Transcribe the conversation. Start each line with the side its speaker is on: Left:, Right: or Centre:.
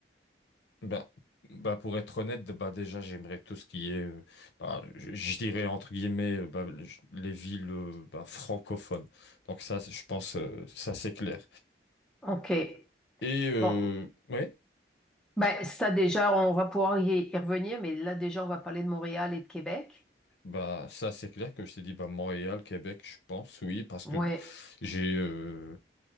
Left: Bah, bah pour être honnête, bah déjà j'aimerais tout ce qui est, euh, bah, je, je dirais entre guillemets, euh, bah, le- les villes euh, bah, francophones. Donc ça, c'est- je pense, euh, ça c'est clair.
Centre: OK.
Left: Et euh,
Centre: Bon.
Left: ouais,
Centre: Ben, ça déjà, on va pouvoir y, y revenir, mais là déjà, on va parler de Montréal et de Québec.
Left: bah ça c'est clair que je t'ai dit, bah Montréal, Québec, je pense, oui, parce
Centre: Ouais.
Left: que j'ai, euh,